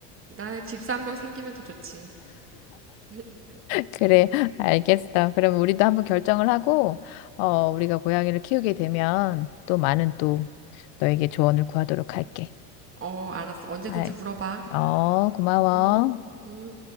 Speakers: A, on the right; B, on the left.
A: 나는 집사 한 명 생기면 더 좋지. <laughs>
B: 그래, <laughs> 알겠어. 그럼 우리도 한번 결정을 하고, 어, 우리가 고양이를 키우게 되면 또 많은 또 너에게 조언을 구하도록 할게.
A: 어, 알았어. 언제든지
B: 아
A: 물어봐.
B: 어, 고마워.
A: 음, 음.